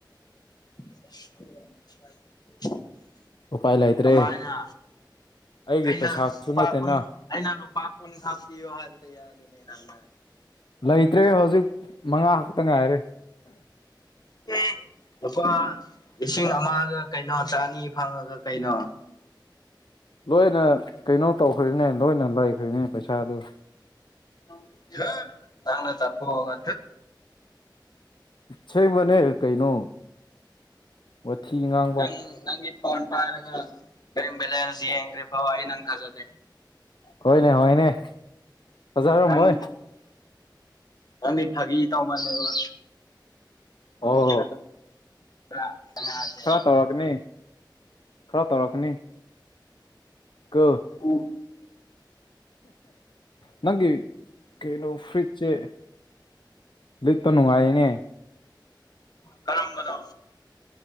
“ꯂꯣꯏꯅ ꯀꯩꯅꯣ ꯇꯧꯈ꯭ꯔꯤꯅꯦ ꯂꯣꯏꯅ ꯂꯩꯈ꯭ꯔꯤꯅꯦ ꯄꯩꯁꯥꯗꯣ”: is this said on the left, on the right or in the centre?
Left